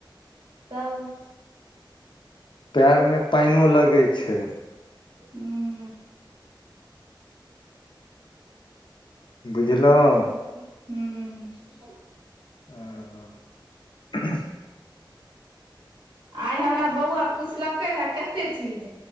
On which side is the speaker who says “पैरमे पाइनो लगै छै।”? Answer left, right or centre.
Left